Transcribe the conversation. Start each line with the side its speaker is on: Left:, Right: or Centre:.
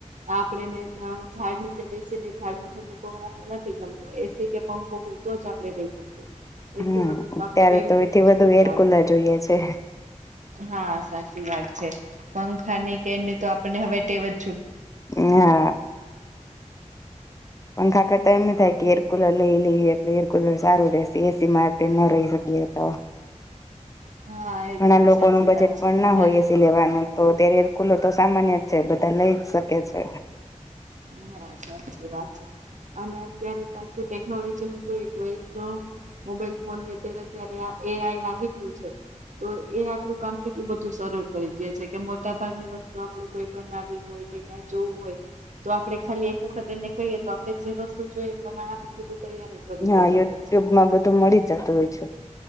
Right: આપણેે ઝાડ નીચે બેસીને ઝાડ નું ઠંડુ પવન આપે નથી ગમતો એસી કે પંખો હોય તો જ આપણેે રહીશ એસી
Left: હમ
Right: વગર તો આપને
Left: ત્યારે
Right: બે મિનિટ
Left: એથી
Right: જ
Left: વધુ
Right: નહી
Left: એર
Right: ચાલે.
Left: કુલર જોઈએ છે
Right: હા સાચી વાત છે પંખા ની કેની તો આપડને હવે ટેવાજ
Left: હા. પંખા કરતા એમના થાય કે એરકુલર લઈ લઈએ. એરકુલર સારું રહેશે એસી માટે ની રહી શકીએ તો.
Right: હા એકદમ
Left: ઘણા લોકો
Right: સાચી
Left: નું બજેટ
Right: વાત છે
Left: પણ
Right: તમારે
Left: ના હોય એ સિ લેવાનું. તો ત્યારે એર કુલર તો સામાન્ય જ છે બધા લઈ જ શકે છે.
Right: હા સાચી વાત છે અને અત્યારે પાછું ટેકનોલોજી નું જોય તો એ તો મોબાઈલ ફોન એ અત્યારે ત્યારે આ એ આઈ આવી ગયું છે તો એ આપણું કામ કેટલું બધું સરળ કરી દે છે કે મોટાભાગની વસ્તુ આપણે કોઈ બનાવવી હોય કે કઈ જોવું હોય તો તો આપડણે ખાલી એક વખત એને કહીએ તો આપણેે જે વસ્તુ જોઈએ એ પ્રમાણે આપણે બધું તૈયારી કરી
Left: હા
Right: દેતા
Left: યુટ્યુબ
Right: હોય છે.
Left: માં બધું મળી જતું હોય છે.